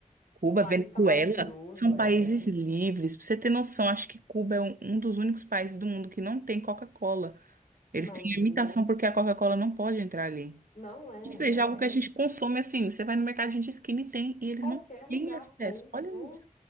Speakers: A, on the right; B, on the left.
A: Cuba,
B: o país
A: Venezuela,
B: está maravilhoso,
A: são
B: é.
A: países livres. Pra você ter noção, acho que Cuba é um, um dos únicos países do mundo que não tem Coca-Cola. Eles
B: Imagina.
A: têm limitação porque a Coca-Cola não pode entrar ali.
B: Não é,
A: Ou seja,
B: é,
A: é algo que
B: é-
A: a gente consome assim. Você vai no mercado de esquina e tem, e eles
B: qualquer
A: não
B: lugar
A: têm acesso.
B: tem,
A: Olha
B: né?
A: isso.